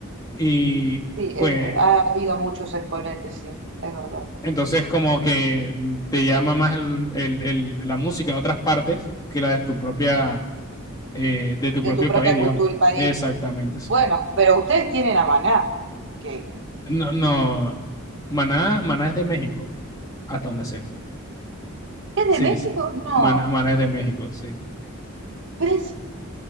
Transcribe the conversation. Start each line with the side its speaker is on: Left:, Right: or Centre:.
Left: Y
Right: Sí,
Left: pues
Right: es- ha habido muchos exponentes, sí, es verdad.
Left: entonces como que mm, te llama más el- el- el- la música de otras partes que la de tu propia eh, de tu
Right: De
Left: propio
Right: tu propia
Left: país, digamos.
Right: cultura y país.
Left: Exactamente, sí.
Right: Bueno, pero ustedes tienen a Maná, que
Left: No, no, Maná, Maná es de México, hasta donde sé.
Right: es
Left: Sí,
Right: de México.
Left: sí.
Right: No,
Left: Maná, Maná es de México, sí.
Right: ¿ves?